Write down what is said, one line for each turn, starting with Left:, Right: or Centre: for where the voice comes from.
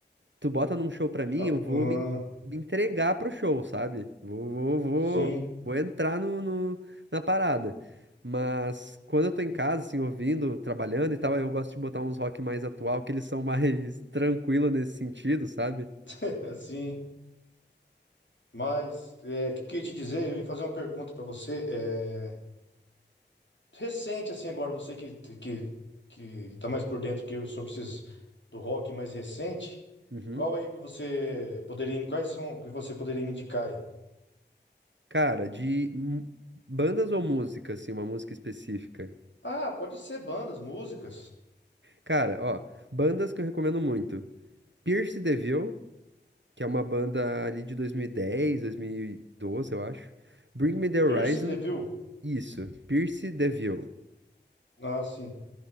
Right: tu bota num show pra mim,
Left: Ah,
Right: eu vou
Left: ah,
Right: me, en- me entregar pro show, sabe? Vou, vou, vou,
Left: sim,
Right: vou entrar no, no- na parada. Mas quando eu tô em casa, assim, ouvindo, trabalhando e tal, aí eu gosto de botar uns rock mais atual, que eles são mais <laughs> tranquilos nesse sentido, sabe?
Left: <laughs> é, sim. Mas é, o que, que eu ia te dizer? Eu ia fazer uma pergunta pra você. é, recente, assim, agora, você que, que, que tá mais por dentro que eu sobre esses do rock mais recente,
Right: Uhum.
Left: qual aí que você poderia. Quais são que você poderia me indicar aí?
Right: Cara, de mu- bandas ou música, assim, uma música específica?
Left: Ah, pode ser bandas, músicas.
Right: Cara, ó, bandas que eu recomendo muito. Pierce the Veil, que é uma banda ali de 2010, 2012, eu acho. Bring Me the Horizon,
Left: Pierce the Veil.
Right: Isso, Pierce DeVille.
Left: Ah, sim.